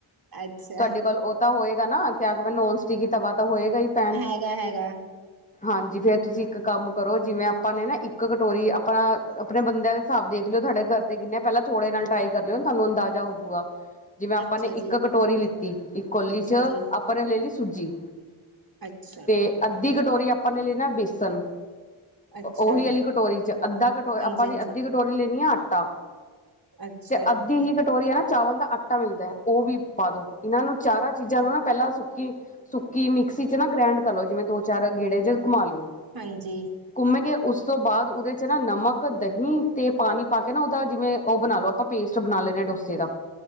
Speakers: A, on the right; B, on the left.
A: ਅੱਛਾ
B: ਤੁਹਾਡੇ ਕੋਲ ਤਾਂ ਹੋਏਗਾ, ਨਾ ਕਿਆ ਕ ਨੋਨ ਸਟਿਕ ਹੀ ਤਵਾ ਤਾਂ ਹੋਏਗਾ ਹੀ। ਪੈਨ
A: ਹੈਗਾ, ਹੈਗਾ।
B: ਹਾਂਜੀ, ਫੇਰ ਤੁਸੀਂ ਇੱਕ ਕੰਮ ਕਰੋ ਜਿਵੇਂ ਆਪਾਂ ਨੇ ਨਾ ਇੱਕ ਕਟੋਰੀ ਆਪਾਂਣਾ ਆਪਣੇ ਬੰਦਿਆਂ ਦੇ ਹਿਸਾਬ ਦੇਖ ਲਿਓ, ਤੁਹਾਡੇ ਘਰ ਤੇ ਕਿੰਨੇ ਪਹਿਲਾਂ ਥੋੜੇ ਨਾਲ ਟਰਾਈ ਕਰ ਲਿਓ, ਤੁਹਾਨੂੰ ਅੰਦਾਜ਼ਾ ਹੋਜੂਗਾ। ਜਿਵੇਂ ਆਪਾਂ
A: ਅੱਛਾ
B: ਨੇ
A: ਜੀ
B: ਇੱਕ ਕਟੋਰੀ ਲਿੱਤੀ ਇੱਕ ਕੋਲੀ
A: ਅੱਛਾ
B: ਚ
A: ਜੀ
B: ਆਪਾਂ ਨੇ ਲੈ ਲਈ ਸੂਜੀ
A: ਅੱਛਾ
B: ਤੇ ਅੱਧੀ ਕਟੋਰੀ ਆਪਾਂ ਨੇ ਲੈ ਨਾ ਬੇਸਣ
A: ਅੱਛਾ
B: ਉਹੀ ਅੀ ਕਟੋਰੀ ਚ ਅੱਧਾ ਕਟੋ
A: ਹਾਂਜੀ
B: ਆਪਾਂ ਨੇ
A: ਹਾਂਜੀ
B: ਅੱਧੀ ਕਟੋਰੀ ਲੈਣੀ ਆ ਆਟਾ।
A: ਅੱਛਾ
B: ਤੇ ਅੱਧੀ ਹੀ ਕਟੋਰੀ ਹੈ, ਨਾ ਚਾਵਲ ਆਟਾ ਆਟਾ ਮਿਲਦਾ, ਉਹ ਵੀ ਪਾ ਦੋ, ਇਹਨਾਂ ਨੂੰ ਚਾਰਾਂ ਚੀਜ਼ਾਂ ਨੂੰ ਨਾ ਪਹਿਲਾਂ ਸੁੱਕੀ। ਸੁੱਕੀ ਮਿਕਸੀ ਚ ਨਾ ਗ੍ਰੈਂਡ ਕਰ ਲੋ, ਜਿਵੇਂ ਦੋ ਚਾਰ ਗੇੜੇ ਜੇ ਘੁੰਮਾ ਲਿਓ।
A: ਹਾਂਜੀ,
B: ਘੁੰਮੇ ਗਏ, ਉਸ ਤੋਂ ਬਾਅਦ ਉਹਦੇ ਚ ਨਾ ਨਮਕ ਦਹੀਂ ਤੇ ਪਾਣੀ ਪਾ ਕੇ ਨਾ ਉਹਦਾ ਜਿਵੇਂ ਉਹ ਬਣਾ ਲਓ, ਆਪਾਂ ਪੇਸਟ ਬਣਾ ਲੈਂਦੇ ਆ ਡੋਸੇ ਦਾ